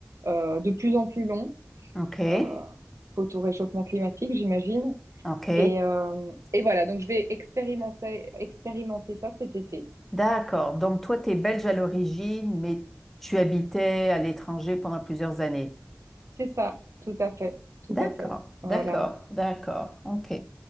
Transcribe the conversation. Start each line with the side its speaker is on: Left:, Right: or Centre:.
Right: euh, de plus en plus long,
Centre: OK.
Right: euh, faute au réchauffement climatique, j'imagine.
Centre: OK.
Right: Et, euh, et voilà, donc je vais expérimenter, expérimenter ça cet été.
Centre: D'accord. Donc, toi, tu es belge à l'origine, mais tu habitais à l'étranger pendant plusieurs années.
Right: C'est ça, tout à fait, tout
Centre: D'accord.
Right: à fait. Voilà.
Centre: D'accord. D'accord. OK.